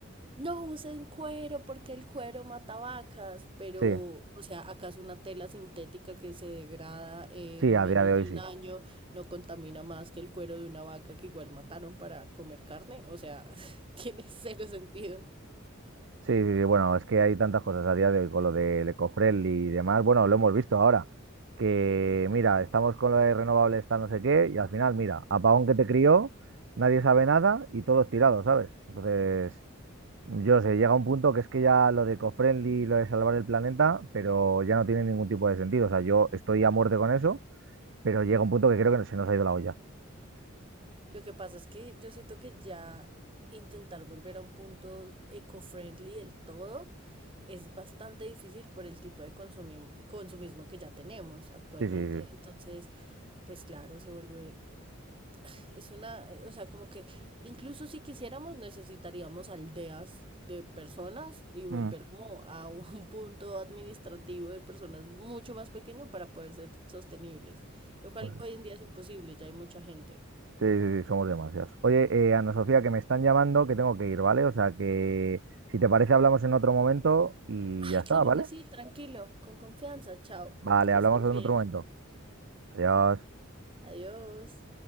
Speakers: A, on the right; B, on the right.
A: no usen cuero porque el cuero mata vacas, pero,
B: sí.
A: o sea, acaso una tela sintética que se degrada en
B: Sí, a
A: menos
B: día de hoy
A: de
B: sí.
A: un año no contamina más que el cuero de una vaca que igual mataron para comer carne, o sea, <laughs> tiene cero sentido.
B: Sí, sí, sí, bueno, es que hay tantas cosas a día de hoy con lo del ecofriendly y demás. Bueno, lo hemos visto ahora, que mira, estamos con lo de renovables, está no sé qué, y al final, mira, apagón que te crió, nadie sabe nada y todos tirados, ¿sabes? Entonces, yo sé, llega un punto que es que ya lo de ecofriendly, y lo de salvar el planeta, pero ya no tiene ningún tipo de sentido. O sea, yo estoy a muerte con eso, pero llega un punto que creo que se nos ha ido la olla.
A: Lo que pasa es que yo siento que ya intentar volver a un punto eco-friendly del todo es bastante difícil por el tipo de consumim- consumismo que ya tenemos actualmente.
B: Sí, sí, sí.
A: Entonces, pues claro, se vuelve, es una, o sea, como que incluso si quisiéramos necesitaríamos aldeas de personas y volver
B: Mm.
A: como a un <laughs> punto administrativo de personas mucho más pequeño para poder ser sostenibles, lo cual
B: Pues
A: hoy en día es imposible, ya hay mucha gente.
B: Sí, sí, sí, somos demasiados. Oye, eh, Ana Sofía, que me están llamando, que tengo que ir, ¿vale? O sea que si te parece hablamos en otro momento y
A: Ay,
B: ya está,
A: claro
B: ¿vale?
A: que sí, tranquilo, con confianza, chao,
B: Vale,
A: que
B: hablamos
A: estés
B: en
A: bien,
B: otro momento. Adiós.
A: adiós.